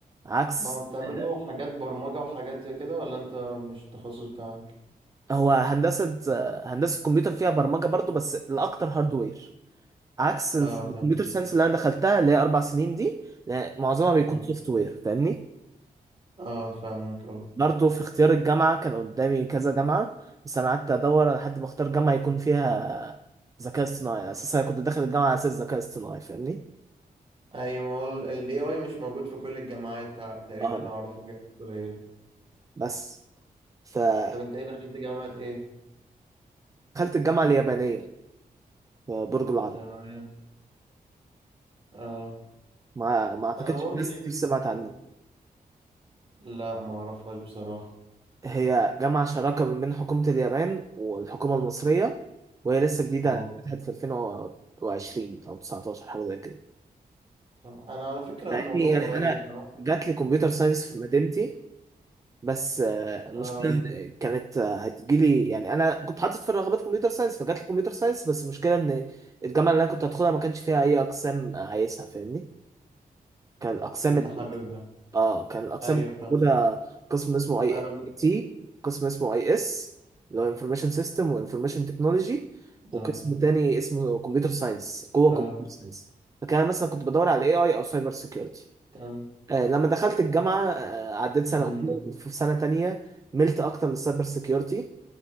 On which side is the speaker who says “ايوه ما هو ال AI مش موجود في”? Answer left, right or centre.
Right